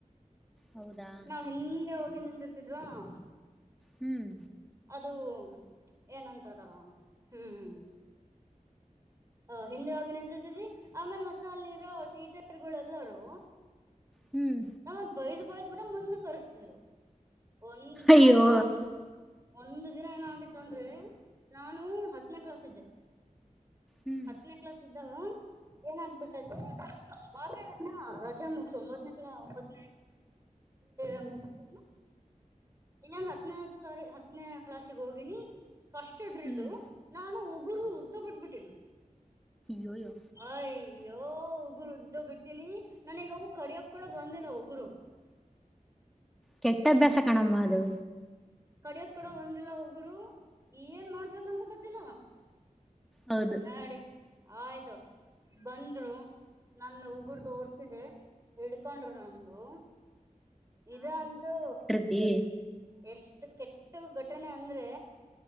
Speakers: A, in the centre; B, on the right (about 20°).
A: ಹೌದಾ
B: ನಾವ್ ಹಿಂದೆ ಹೋಗಿ ನಿಂತಿರುತ್ತಿದ್ದವ್
A: ಹುಂ
B: ಅದು ಏನಂತಾರ ಹುಂ ಹ ಹಿಂದೆ ಹೋಗಿ ನಿಂತತಿವಿ ಆಮೇಲ್ ಮತ್ತೆ ಅಲ್ಲಿರೋ ಟೀಚರ್ ಗಳೆಲ್ಲಾರೂ
A: ಹುಂ
B: ನಮ್ಮನ್ ಬೈದ್ ಬೈದ್ ಬಡ ಮುಂದ ಕರ್ಸ್ತಿದ್ರು ಒಂದು ದಿನ
A: ಅಯ್ಯೋ
B: ಏನಾಗಿತ್ತು ಒಂದು ದಿನ ಏನ ಆಗಿತ್ತು ಅಂದ್ರೆ ನಾನು ಹತ್ತನೇ ಕ್ಲಾಸ್ ಇದ್ದೆ
A: ಹ್ಮ್
B: ಹತ್ತನೇ ಕ್ಲಾಸ್ ಇದ್ದಾವ ಏನಾಗಬಿಟ್ಟದ ಅವಾಗೆ ಇನೆ ರಜಾ ಮುಗಸ ಒಂಬತ್ನಕ್ಲಾ ಒಂಬತ್ತನೇ <unintelligible> ಇನ್ನಂಗ್ ಹತ್ತನೇ ತ ಹತ್ತನೇ ಕ್ಲಾಸ್ಗೆ ಹೋಗಿನಿ ಫಸ್ಟ್ ಡ್ರಿಲು
A: ಹ್ಮ್
B: ನಾನು ಉಗುರು ಉದ್ದ ಬಿಟ್ಬ ಬಿಟ್ಟೇನಿ
A: ಯೋ ಯೋ
B: ಅಯ್ಯೋ ಉಗುರು ಉದ್ದು ಬಿಟ್ಟಿನಿ ನನ್ಗ ಅವ ಕಡಿಯಕ್ ಕೂಡ ಬಂದಿಲ್ಲ ಉಗರು
A: ಕೆಟ್ಟ ಅಭ್ಯಾಸ ಕಣಮ್ಮ ಅದು
B: ಕಡಿಯೋದ ಕಡದ ಕಡೆ ಬಂದಿಲ್ಲ ಉಗುರು ಏನ್ ಮಾಡ್ಬೇಕಂತ ಗೊತ್ತಿಲ್ಲ <inaudible>
A: ಹೌದು
B: ನಡಿ <inaudible> ಆಯ್ತು <inaudible> ಬಂದ್ರು ನನ್ನ ಉಗುರು ತೋರ್ಸಿದೆ ಇಡ್ಕೊಂಡ್ರರು ನಂದು ಇದು ಅಂತೂ
A: ಈಏ
B: ಎಷ್ಟು ಕೆಟ್ಟು ಘಟನೆ ಅಂದ್ರೆ